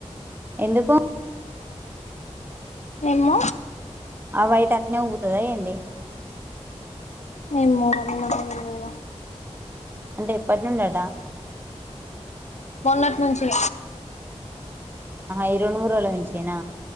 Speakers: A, on the right; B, on the left.
A: ఎందుకూ
B: మేము
A: అవయితే అట్నే ఉబ్బుతదా ఏంది
B: ఏమో మరి మనకు తెల్వదుగా
A: అంటే ఎప్పటి నుండట
B: మొన్నటి నుంచి
A: ఆహా ఈ రెండు మూడు రోజుల నుంచే నా